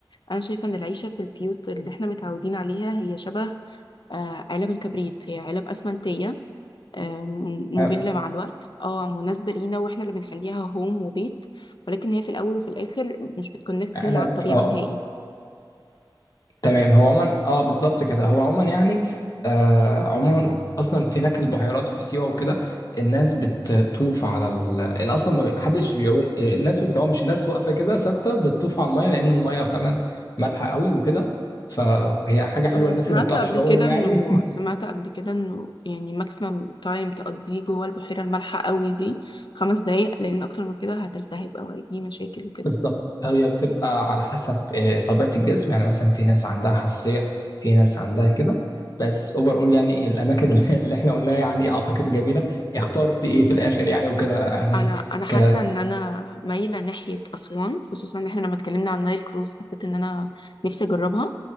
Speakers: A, on the left (about 65°); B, on the left (about 45°).
A: أنا شايفة إن العيشة في البيوت اللي احنا متعودين عليها هي شبه آه، علب الكبريت هي علب أسمنتية آم، مملة
B: آه،
A: مع الوقت اه مناسبة لينا واحنا اللي بنخليها هوم وبيت ولكن هي في الأول وفي الآخر مش بتكونكت يو
B: انا
A: مع الطبيعة
B: اه
A: نهائي
B: تمام هو عموما اه بالظبط كده هو عموما يعني آه عموما اصلا في هناك البحيرات في سيوه وكده الناس بتطوف على ال... ان اصلا ما حدش بيعوم الناس ما بتعومش الناس واقفه كده ثابته بتطوف على الميه لان الميه فعلا مالحه قوي وكده فهي حاجه حلوه
A: انا
B: الناس
A: سمعت
B: اللي ما بتعرفش
A: قبل
B: تعوم
A: كده
B: يعني
A: انه سمعت قبل كده انه يعني ماكسيمم تايم تقضيه جوه البحيره المالحه قوي دي خمس دقايق لان اكتر من كده هتلتهب او هيجي مشاكل وكده
B: بالظبط هي بتبقى على حسب آه، طبيعة الجسم يعني مثلا في ناس عندها حساسية في ناس عندها كده بس اوفر اول يعني الاماكن <laughs> اللي احنا قلناها يعني اعتقد جميلة اخترت ايه في الاخر يعني وكده يعني
A: انا انا حاسه
B: ك
A: ان انا مايله ناحيه اسوان خصوصا ان احنا لما اتكلمنا عن نايل كروز حسيت ان انا نفسي اجربها